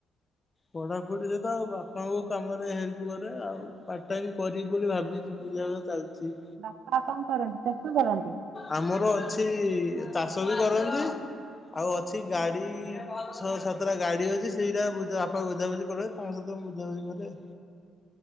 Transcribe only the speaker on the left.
ପଢାପଢି ସହିତ ବାପାଙ୍କୁ କାମ ରେ ହେଲ୍ପ କରେ ଆଉ ପାର୍ଟ ଟାଇମ କରିବି ବୋଲି ଭାବିଛି। ଚାଲିଛି।
ଆମର ଅଛି ଚାଷ ବି କରନ୍ତି। ଆଉ ଅଛି ଗାଡି ଛଅ ସାତଟା ଗାଡି ଅଛି ସେଇଟା ବାପା ବୁଝାବୁଝି କରନ୍ତି ତାଙ୍କ ସହିତ ମୁ ବୁଝାବୁିଝି କରେ।